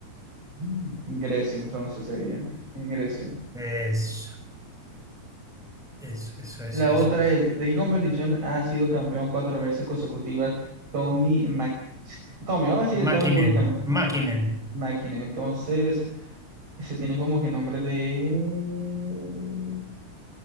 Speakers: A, on the right; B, in the centre.
A: En Grecia, entonces sería. En Grecia.
B: Eso, eso, eso, eso,
A: La
B: eso
A: otra
B: es.
A: es, ¿de qué competición ha sido campeón cuatro veces consecutivas Tommy Mac Tommy, vamos a decirle
B: Mäkkinen,
A: Tommy públicamente.
B: Mäkkinen.
A: Máquina. Entonces, ese tiene como que nombre de...